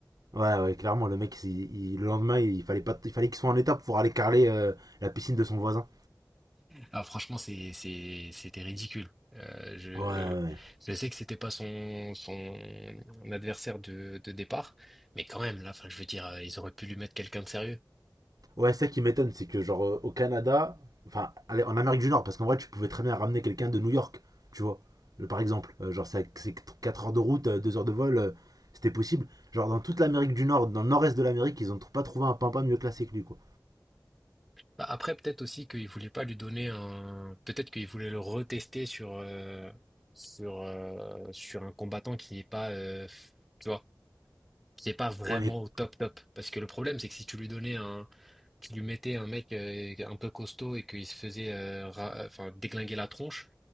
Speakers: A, on the right; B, in the centre.
A: Ouais ouais, clairement le mec, il- il- le lendemain il fallait pas, il fallait qu'il soit en état pour aller carrer euh, la piscine de son voisin.
B: Ah, franchement, c'est, c'est, c'était ridicule. Euh, je,
A: Ouais ouais. ouais.
B: je sais que c'était pas son, son adversaire de, de départ, mais quand même, là, enfin, je veux dire, euh, ils auraient pu lui mettre quelqu'un de sérieux.
A: Ouais, ça qui m'étonne, c'est que genre euh, au Canada, enfin allez, en Amérique du Nord, parce qu'en vrai tu pouvais très bien ramener quelqu'un de New York, tu vois, euh, par exemple, Euh, genre c'est 4 heures de route, euh, 2 heures de vol, euh, c'était possible. Genre dans toute l'Amérique du Nord, dans le nord-est de l'Amérique, ils ont tr- pas trouvé un pimpin mieux classé que lui, quoi.
B: Bah, après, peut-être aussi qu'il voulait pas lui donner un. Peut-être qu'il voulait le retester sur, euh, sur, euh, sur un combattant qui n'est pas, euh, tu vois, qui n'est pas vraiment
A: Ouais, mais
B: au top top. Parce que le problème, c'est que si tu lui donnais un, tu lui mettais un mec euh, un peu costaud et qu'il se faisait, euh, ra- enfin, déglinguer la tronche,